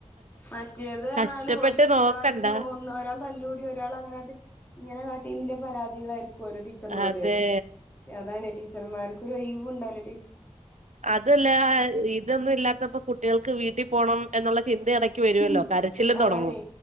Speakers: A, on the left; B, on the right.
A: മറ്റേത് പറഞ്ഞാല്
B: കഷ്ടപ്പെട്ട്
A: ഓലക്ക്
B: നോക്കണ്ട
A: എല്ലാത്തിനും ഒന്ന് ഒരാൾ തല്ലുകൂടി, ഒരാൾ അങ്ങനാട്ടി ഇങ്ങനെ <unintelligible> പാരാതികളായിരികോലെ ടീച്ചർനോട്
B: അതെ
A: അതാണ് ടീച്ചർമാർക്ക് ഒര് ഒയിവുണ്ടാകൂല
B: അതല്ല ഇതൊന്നും ഇല്ലാത്തപ്പോ കുട്ടികൾക്ക് വീട്ടിൽ പോണം എന്നുള്ള ചിന്ത <unintelligible>
A: ചിന്ത
B: കരച്ചിലും
A: അതാണ്
B: തൊടങ്ങും